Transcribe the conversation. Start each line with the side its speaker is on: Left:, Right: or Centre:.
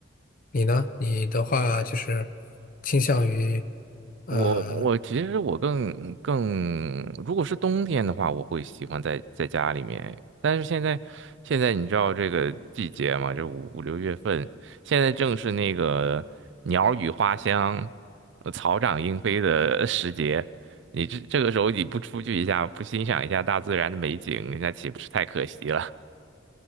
Left: 你呢？你的话就是倾向于呃
Right: 我我其实我更更，如果是冬天的话，我会喜欢在在家里面。但是现在现在你知道这个季节嘛，这五五六月份，现在正是那个鸟语花香、呃草长莺飞的 <laughs> 时节。你这这个时候你不出去一下，不欣赏一下大自然的美景，那岂不是太可惜了？